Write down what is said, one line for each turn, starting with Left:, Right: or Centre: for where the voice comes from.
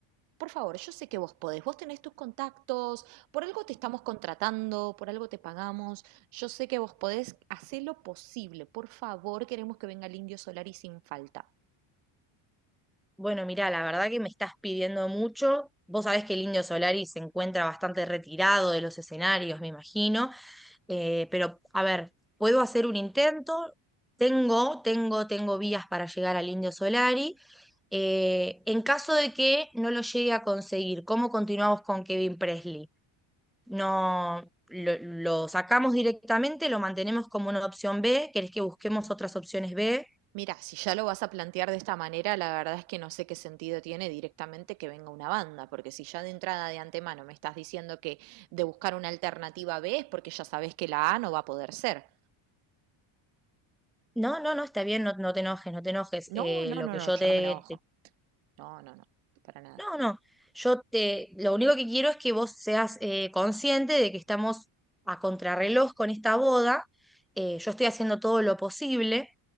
Right: Por favor, yo sé que vos podés, vos tenés tus contactos, por algo te estamos contratando, por algo te pagamos, yo sé que vos podés hacer lo posible, por favor, queremos que venga el Indio Solari sin falta.
Centre: Bueno, mira, la verdad que me estás pidiendo mucho. Vos sabés que el Indio Solari se encuentra bastante retirado de los escenarios, me imagino. Eh, pero, a ver, puedo hacer un intento. Tengo, tengo, tengo vías para llegar al Indio Solari. Eh, en caso de que no lo llegue a conseguir, ¿cómo continuamos con Kevin Presley? No, lo, lo sacamos directamente, lo mantenemos como una opción B. ¿Querés que busquemos otras opciones B?
Right: Mira, si ya lo vas a plantear de esta manera, la verdad es que no sé qué sentido tiene directamente que venga una banda, porque si ya de entrada de antemano me estás diciendo que de buscar una alternativa B es porque ya sabes que la A no va a poder ser.
Centre: No, no, no, está bien, no, no te enojes, no te enojes. Eh,
Right: No, no,
Centre: lo
Right: no,
Centre: que
Right: no,
Centre: yo
Right: yo
Centre: te,
Right: no me enojo.
Centre: te-
Right: No, no, no, para nada.
Centre: No, no, yo te... Lo único que quiero es que vos seas eh, consciente de que estamos a contrarreloj con esta boda. Eh, yo estoy haciendo todo lo posible